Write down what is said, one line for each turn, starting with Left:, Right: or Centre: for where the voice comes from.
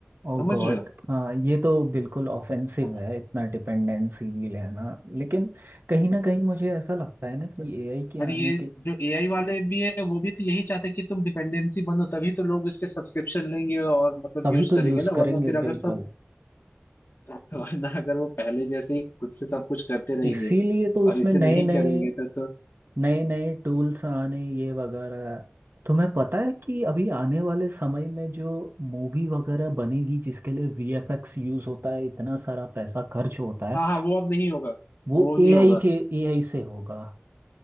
Right: ओ
Left: समझ
Right: गॉड
Left: रहे हो
Right: हाँ ये तो बिल्कुल ऑफेंसिव
Left: हाँ
Right: है इतना डिपेंडेंसी भी लेना लेकिन कहीं ना कहीं मुझे ऐसा लगता है ना कि एआई के
Left: और ये
Right: आने के
Left: जो एआई वाले भी है वो भी तो यही चाहते हैं कि तुम डिपेंडेंसी बनो तभी तो लोग इसके सब्सक्रिप्शन लेंगे और मतलब
Right: तभी
Left: यूज
Right: तो
Left: करेंगे
Right: यूज़
Left: ना
Right: करेंगे
Left: वरना फिर
Right: बिल्कुल
Left: अगर सब <laughs> वरना अगर वो पहले जैसे ही खुद से सब कुछ करते रहेंगे
Right: इसीलिए तो उसमें
Left: और इसे
Right: नए
Left: नहीं
Right: नए
Left: करेंगे तो तो
Right: नए नए टूल्स आने ये वगैरह तुम्हें पता है कि अभी आने वाले समय में जो मूवी वगैरह बनेगी जिसके लिए वीएफएक्स यूज होता है इतना सारा पैसा खर्च होता है
Left: हाँ हाँ वो अब नहीं होगा
Right: वो
Left: वो नहीं
Right: एआई
Left: होगा
Right: के एआई से होगा